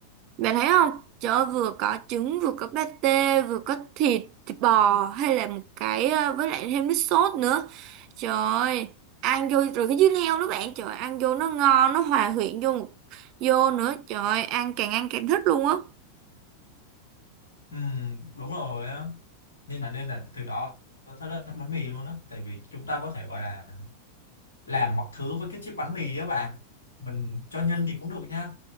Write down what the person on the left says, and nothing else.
Ừ, đúng rồi á nên là nên là từ đó tôi thấy là thích bánh mì luôn á tại vì chúng ta có thể gọi là làm mọi thứ với cái chiếc bánh mì á bạn mình cho nhân thì cũng được nha